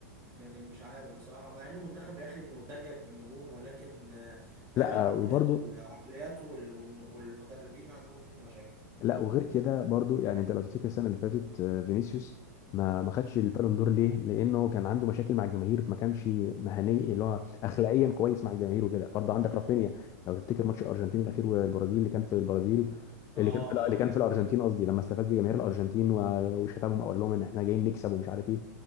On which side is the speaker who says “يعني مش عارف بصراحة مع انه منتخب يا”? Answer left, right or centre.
Right